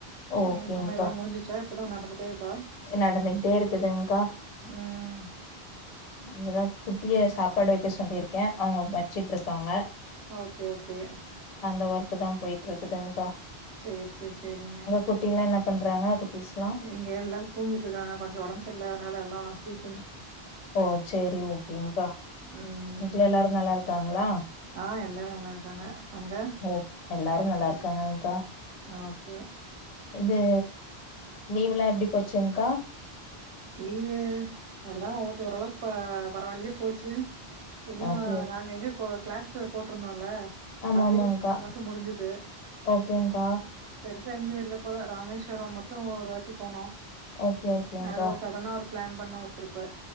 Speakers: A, on the left; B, on the right.
A: ஓகேங்க்கா
B: எங்க சமையல்லா முடிஞ்சிச்சா இப்பதா நடந்துட்டே இருக்கா
A: நடந்துகிட்டே இருக்குதுங்கா
B: ம்
A: இப்பதா குட்டிய சாப்பாடு வைக்க சொல்லிருக்க அவங்க வச்சுட்டு இருக்காங்க
B: ஓகே ஓகே
A: அந்த ஒர்க்கு த போயிட்டு இருக்குதுங்க்கா
B: சேர் சேர் செரிங்க
A: குட்டில என்ன பண்றாங்க குட்டீஸ்லா
B: இங்க எல்லாரு தூங்கிட்டுருக்காங்க கொஞ்ச உடம்பு சரியில்லாதனால எல்லா ஸ்லீப்பிங்
A: ஓ சேரி ஓகேங்க்கா
B: ம்
A: வீட்ல எல்லாரு நல்லா இருக்காங்ளா
B: ஆ எல்லாரு நல்லா இருக்காங்க அங்க
A: ஓ எல்லாரும் நல்லா இருக்காங்க்கா
B: ஓகே
A: இது லீவ்லா எப்டி போச்சுங்க்கா
B: லீவு எல்லா ஓகே ஓரளவுக்கு பரவாயில்லய போச்சு ஐயோ
A: ஓகே ஓகே
B: நாங்க இங்க கோ கிளாஸ்சு போட்ருந்தோல
A: ஆமா
B: அதுலே
A: ஆமாங்க்கா
B: பத்து மாசம் முடிஞ்சுது
A: ஓகேங்க்கா
B: பெருசா எங்கியு வெள்ல போல்ல இராமேஸ்வரம் மட்டு ஒரு வாட்டி போனோ
A: ஓகே ஓகேங்க்கா
B: அது சடனா ஒரு பிளான் பண்ணோ ஒரு ட்ரிப்பு